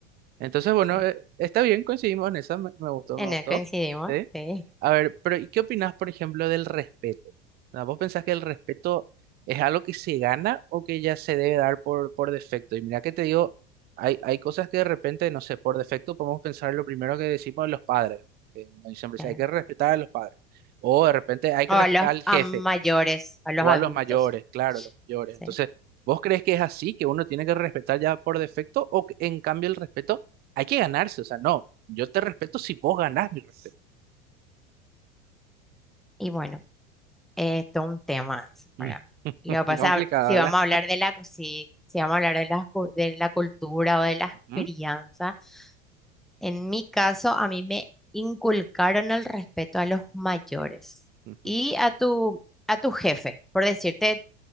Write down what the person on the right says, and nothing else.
Entonces, bueno,
eh, está bien, coincidimos en esa, me, me gustó,
me gustó.
¿sí?
A ver, pero ¿y qué opinás, por ejemplo, del respeto? Ah, ¿Vos pensás que el respeto es algo que se gana o que ya se debe dar por, por defecto? Y mira que te digo, hay, hay cosas que de repente, no sé, por defecto podemos pensar lo primero que decimos de los padres, que uno siempre dice,
hay que respetar a los padres. O de repente hay que
respetar
al
jefe
o
a los mayores, claro, los mayores.
Entonces, ¿vos crees que es así, que uno tiene que respetar ya por defecto o que, en cambio el respeto hay que ganarse? O sea, no, yo te respeto si vos ganás mi respeto.
Mm.
<laughs>
Complicado,
¿verdad?
Ujú,
ujú,